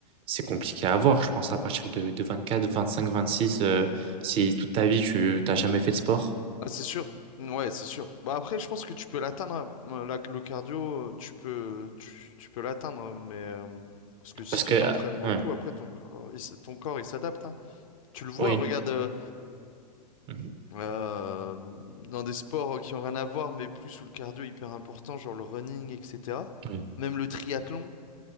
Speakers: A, on the right (about 25°); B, on the left (about 55°).
A: c'est compliqué à avoir. Je pense à partir de, de 24, 25, 26, euh, si toute ta vie tu t'as jamais fait de sport.
B: ah, c'est sûr, ouais, c'est sûr. Bah après, je pense que tu peux l'atteindre, hein. euh, la- le cardio, euh, tu peux, tu, tu peux l'atteindre, mais euh, parce que si
A: Parce
B: tu
A: que,
B: t'entraînes
A: ah,
B: beaucoup,
A: ouais,
B: après ton corps, il s- ton corps, il s'adapte. hein. Tu le vois,
A: oui,
B: regarde. euh,
A: Mhm.
B: euh, dans des sports qui ont rien à voir, mais plus où le cardio est hyper important, genre le running, etc.
A: oui,
B: Même le triathlon,